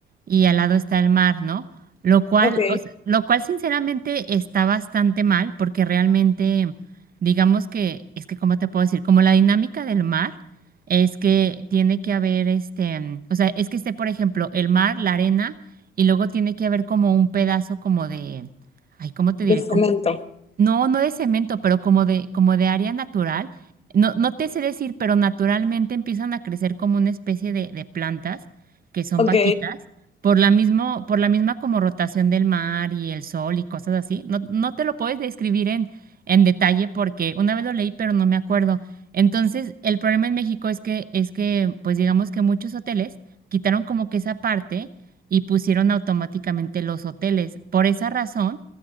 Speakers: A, on the right; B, on the left.
A: y al lado está el mar, ¿no? Lo cual,
B: Ok.
A: o sea, lo cual sinceramente está bastante mal porque realmente, digamos que, es que, ¿cómo te puedo decir? Como la dinámica del mar es que tiene que haber este, mm, o sea, es que esté, por ejemplo, el mar, la arena y luego tiene que haber como un pedazo como de, ay, ¿cómo te diré?
B: De cemento.
A: No, no de cemento, pero como de, como de área natural. No, no te sé decir, pero naturalmente empiezan a crecer como una especie de, de plantas que son
B: Ok.
A: bajitas por la mismo, por la misma como rotación del mar y el sol y cosas así. No, no te lo puedes describir en, en detalle porque una vez lo leí, pero no me acuerdo. Entonces, el problema en México es que, es que, pues digamos que muchos hoteles quitaron como que esa parte y pusieron automáticamente los hoteles. Por esa razón